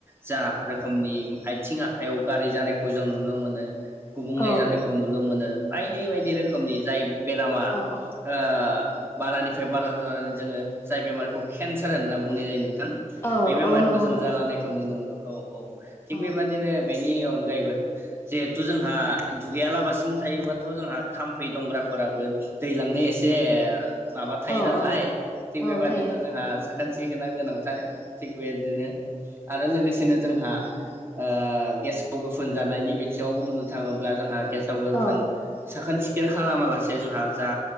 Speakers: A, on the right; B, on the left.
A: जा रोखोमनि आथिं-आखाइयाव गाराय जानायखौ जों नुनो मो नो गुबुंले
B: औ
A: जानायखौ नुनो मोनो बायदि बायदि रोखोमनि जाय बेरामा
B: औ
A: ओ बारानिफ्राय बारा जानानै जोङो जाय बेमारखौ केन्सार होनना बुंनाय जायो नों थां
B: औ
A: बे बेमारखौ
B: औ नंगौ
A: जों
B: नंगौ
A: जालानायखौ
B: नंगौ
A: नुनो मोनदों। औ औ थिग
B: औ
A: बेबादिनो बेनि अनगायैबो जिहेथु जोंहा दुगैयालाबसिनो थायोबाथ' जोंहा थाम्फै दंग्राफोराबो दैलांनो एसे माबा थायो
B: औ
A: नालाय
B: औ
A: थिग
B: औ
A: बेबादिनो
B: थायो
A: जोंहा खान्थि गोनां-गोनांथार थिग बेबायदिनो आरो लोगोसेनो जोंहा ओ गेसाव-गोफोन जानायनि बि खाथियाव बुंनो थाङोब्ला जोंहा गेसाव-गोफोन
B: औ
A: साखोन-सि खोन खालामालासे जोंहा जा